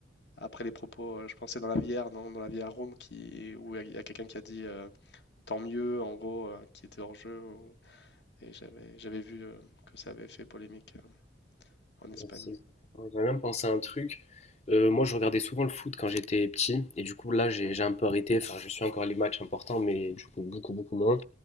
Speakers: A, on the left; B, on the left.
A: après les propos. euh, je pensais dans la VR, non, dans la VR Room, qui, où il y a quelqu'un qui a dit euh, tant mieux, en gros, euh, qui était hors jeu. ou- Et j'avais, j'avais vu euh, que ça avait fait polémique euh, en Espagne.
B: Merci. exactement. J'avais même pensé à un truc. Euh, moi, je regardais souvent le foot quand j'étais petit, et du coup, là, j'ai j'ai un peu arrêté. Enfin, je suis encore les matchs importants, mais du coup, beaucoup, beaucoup moins.